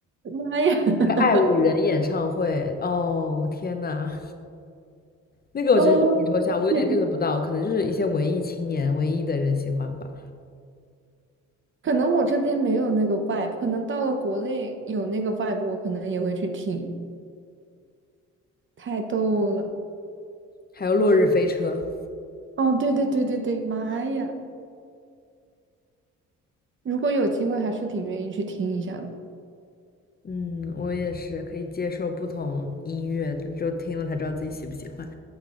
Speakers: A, on the right (about 40°); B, on the left (about 30°).
A: 妈呀！<laughs>
B: 那个爱五人演唱会，哦天呐，那个我觉得挺抽象，
A: 哦，
B: 我有点
A: 天呐
B: <laughs> get 不到，可能就是一些文艺青年、文艺的人喜欢吧。
A: 可能我这边没有那个 vibe，可能到了国内有那个 vibe，我可能也会去听。太逗了。
B: 还有落日飞车，
A: 哦，对对对对对，妈呀！如果有机会，还是挺愿意去听一下的。
B: 嗯，我也是可以接受不同音乐的，就听了才知道自己喜不喜欢。